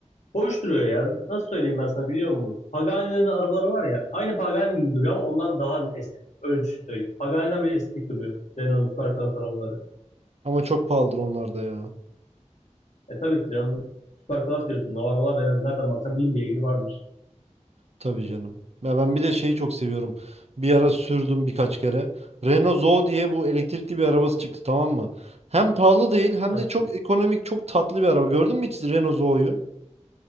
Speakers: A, on the left; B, on the right.
A: hoş duruyor ya. Nasıl söyleyeyim ben sana biliyor musun? Pagani'nin arabaları var ya aynı Pagani gibi duruyor ama ondan daha estetik. Öyle söyleyeyim. Pagani'den bile estetik duruyor. Renault'un Süper Klas arabaları.
B: Ama çok pahalıdır onlar da ya.
A: E tabii ki canım Süper Klas diyorsun. O arabalar en az nereden baksan bin beygir vardır.
B: Tabii canım. Ya ben bir de şeyi çok seviyorum. Bir ara sürdüm birkaç kere. Renault Zoe diye bu elektrikli bir arabası çıktı tamam mı? Hem pahalı değil hem
A: Heh.
B: de çok ekonomik, çok tatlı bir araba. Gördün mü hiç Renault Zoe'yu?